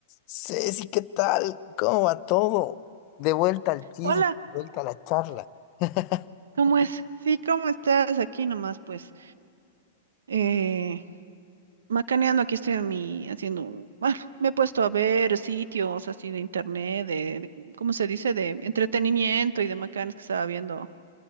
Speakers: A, on the left; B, on the right.
A: Ceci, ¿qué tal? ¿Cómo va todo? De vuelta al chisme,
B: Hola,
A: de vuelta a la charla. <laughs>
B: ¿cómo es? Sí, ¿cómo estás? Aquí nomás, pues, eh, macaneando, aquí estoy a mí haciendo, un- ah, me he puesto a ver sitios así de internet, de, de- ¿cómo se dice? De entretenimiento y de macanes que estaba viendo